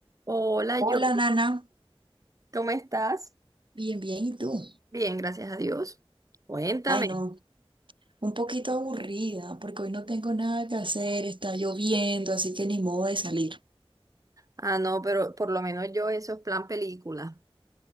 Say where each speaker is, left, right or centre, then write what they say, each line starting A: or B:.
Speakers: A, on the right; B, on the right.
A: Hola,
B: Hola,
A: yo.
B: Nana.
A: ¿Cómo estás?
B: Bien, bien, ¿y tú?
A: Bien, gracias a Dios. Cuéntame.
B: Ay, no, un poquito aburrida, porque hoy no tengo nada que hacer, está lloviendo, así que ni modo de salir.
A: Ah, no, pero por lo menos yo eso es plan película.